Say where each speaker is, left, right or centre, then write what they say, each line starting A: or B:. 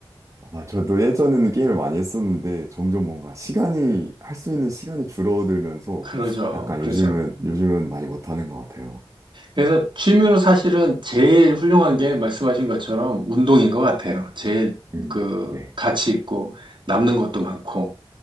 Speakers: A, on the right (about 35°); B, on the right (about 60°).
A: 아, 저도 예전에는 게임을 많이 했었는데, 점점 뭔가 시간이, 할 수 있는 시간이 줄어들면서,
B: 그러죠.
A: 약간
B: 그렇죠.
A: 요즘은, 요즘은 많이 못하는 것 같아요.
B: 그래서 취미로 사실은 제일 훌륭한 게 말씀하신 것처럼 운동인 것 같아요. 제일
A: 음,
B: 그
A: 네.
B: 가치 있고 남는 것도 많고